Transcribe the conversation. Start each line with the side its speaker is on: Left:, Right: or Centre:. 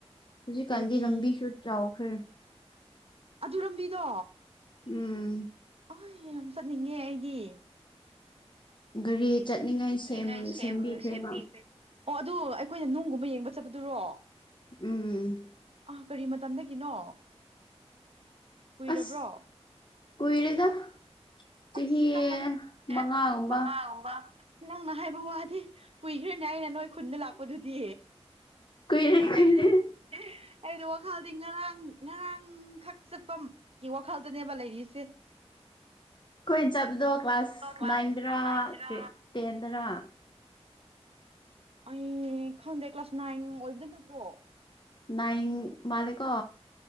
Left: ꯍꯨꯖꯤꯛꯀꯥꯟꯗꯤ
Right: ꯑꯩꯗꯤ
Left: ꯂꯝꯕꯤꯁꯨ ꯆꯥꯎꯈ꯭ꯔꯦ꯫
Right: ꯑꯗꯨ ꯔꯝꯕꯤꯗꯣ
Left: ꯎꯝ
Right: ꯑꯣꯏ ꯌꯥꯝ ꯆꯠꯅꯤꯡꯉꯦ ꯑꯩꯗꯤ꯫
Left: ꯒꯥꯔꯤ ꯆꯠꯅꯤꯡꯉꯥꯏ
Right: ꯆꯠꯅꯤꯡꯉꯥꯏ
Left: ꯁꯦꯝ ꯁꯦꯝꯕꯤꯈ꯭ꯔꯦꯕ꯫
Right: ꯁꯦꯝꯕꯤꯈ꯭ꯔꯦ ꯑꯣ ꯑꯗꯨ ꯑꯩꯈꯣꯏꯅ ꯅꯨꯡꯒꯨꯝꯕ ꯌꯦꯡꯕ ꯆꯠꯄꯗꯨꯔꯣ?
Left: ꯎꯝ
Right: ꯑꯥ ꯀꯔꯤ ꯃꯇꯝꯗꯒꯤꯅꯣ ꯀꯨꯏꯔꯕ꯭ꯔꯣ?
Left: ꯑꯁ ꯀꯨꯏꯔꯦꯗ ꯆꯍꯤ
Right: ꯑꯁ ꯅꯪꯅ ꯑꯗꯨꯝ ꯑꯦ
Left: ꯃꯉꯥꯒꯨꯝꯕ
Right: ꯃꯉꯥꯒꯨꯝꯕ ꯅꯪꯅ ꯍꯥꯏꯕ ꯋꯥꯗꯤ ꯀꯨꯏꯈ꯭ꯔꯦꯅꯦ ꯑꯩꯅ ꯅꯣꯏ ꯈꯨꯟꯗ ꯂꯥꯛꯄꯗꯨꯗꯤ꯫
Left: ꯀꯨꯏꯔꯦ ꯀꯨꯏꯔꯦ
Right: ꯍꯥꯏꯕꯗꯤ ꯍꯥꯏꯗ ꯋꯥꯛ ꯈꯜꯗꯤ ꯉꯔꯥꯡ ꯉꯔꯥꯡ ꯈꯛ ꯆꯠꯄꯒꯤ ꯋꯥꯈꯜꯗꯅꯦꯕ ꯂꯩꯔꯤꯁꯦ꯫
Left: ꯈꯣꯏꯅ ꯆꯠꯄꯗꯣ ꯀ꯭ꯂꯥꯁ
Right: ꯀ꯭ꯂꯥꯁ
Left: ꯅꯥꯏꯟꯗꯔ
Right: ꯅꯥꯏꯟꯗꯔꯥ
Left: ꯇꯦꯟꯗꯔꯥ?
Right: ꯑꯩ ꯈꯪꯗꯦ ꯀ꯭ꯂꯥꯁ ꯅꯥꯏꯟ ꯑꯣꯏꯕꯗ ꯅꯠꯇ꯭ꯔꯣ
Left: ꯅꯥꯏꯟ ꯃꯥꯂꯤꯀꯣ